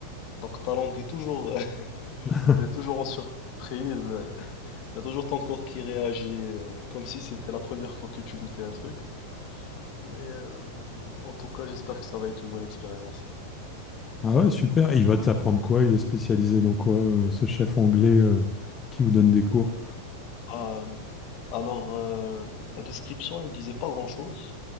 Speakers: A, on the left (about 45°); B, on the left (about 20°).
A: donc ta langue est toujours, <laughs>
B: <laughs>
A: est toujours en surprise. euh, <laughs> Il y a toujours ton corps qui réagit euh, comme si c'était la première fois que tu goûtais un truc. Mais euh, en tout cas, j'espère que ça va être une bonne expérience.
B: Ah ouais, super. Et il va t'apprendre quoi? Il est spécialisé dans quoi, euh, ce chef anglais euh, qui vous donne des cours?
A: Ah, alors, euh, la description, elle disait pas grand-chose,